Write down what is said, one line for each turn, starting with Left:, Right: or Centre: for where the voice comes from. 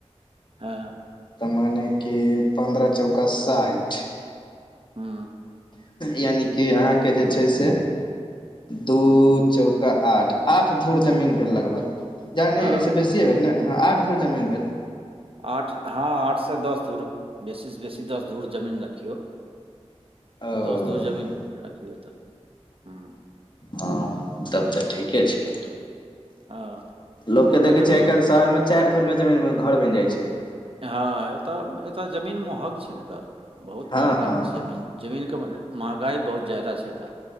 Right: हँ
Left: तऽ माने की पन्द्रह चौका साठि
Right: हू
Left: यानििकि अहाँके जे छै से दू चौका आठ आठ धूुर जमीन भेल लगभग ज नहि
Right: हँ
Left: एहिहि से बेसीए भेल नहिँ आठ धूर जमीन भेल
Right: आठ हँ आठसँ दस धूर बेसीसँ बेसी दस धूर जमीन रखियौ
Left: ओ
Right: दस घूर जमीन रखीहए तऽ हू
Left: हँ तब तऽ ठीके छै
Right: हँ
Left: लोकके
Right: एतय
Left: देखै
Right: जमीन
Left: छियै आइ काल्हि शहर मे चारि धूर मे जमीन मऽ घर बनि जाइ छै
Right: हँ एतय एतय जमीन महग छै ने एतय बहुत
Left: हँ
Right: महगा
Left: हँ
Right: सऽ
Left: हँ
Right: जमीन जमीनके महगाइ बहुत ज्यदा छै अतय